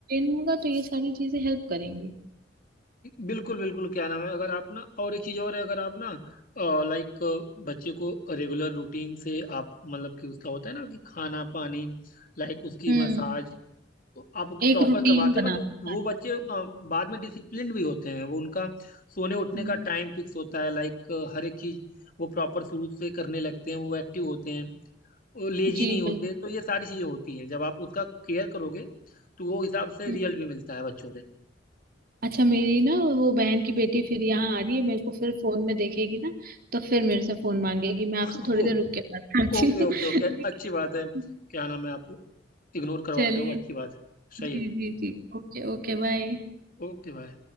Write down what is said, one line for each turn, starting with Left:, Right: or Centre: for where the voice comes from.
Right: होगा तो ये सारी चीजें हेल्प करेंगी
Left: बिल्कुल बिल्कुल क्या नाम है अगर आप ना और एक चीज और है अगर आप ना लाइक बच्चे को रेगुलर रूटीन से आप मतलब कि उसका होता है ना कि खाना पानी लाइक उसकी
Right: हम्म
Left: मसाज तो आप
Right: एक
Left: प्रॉपर
Right: रूटीन
Left: करवाते
Right: बनाते
Left: हो ना तो
Right: हैं
Left: वो
Right: खाने
Left: बच्चे अ,
Right: की।
Left: बाद में डिसिप्लिन भी होते हैं वो उनका सोने उठने
Right: हम्म,
Left: का टाइम फिक्स होता है लाइक हर एक चीज वो प्रॉपर शुरू से करने लगते हैं वो एक्टिव होते हैं वो लेजी
Right: जी
Left: नहीं होते
Right: बिल्कुल
Left: तो ये सारी चीजें होती हैं जब आप उसका केयर करोगे तो वो हिसाब से
Right: हम्म।
Left: रिजल्ट भी मिलता है बच्चों पे
Right: अच्छा मेरी ना वो बहन की बेटी फिर यहाँ आ रही है मेरे को फिर फोन में देखेगी ना तो फिर मेरे से फोन मांगेगी मैं आपसे
Left: <laughs>
Right: थोड़ी देर रुक के बात करती
Left: ओके
Right: हूँ
Left: ओके
Right: <laughs>
Left: ओके
Right: ठीक
Left: अच्छी बात है
Right: है।
Left: क्या नाम है आप इग्नोर करवा
Right: चलिए
Left: रहे हो अच्छी बात है सही
Right: जी
Left: है
Right: जी जी ओके ओके बाय
Left: ओके भाई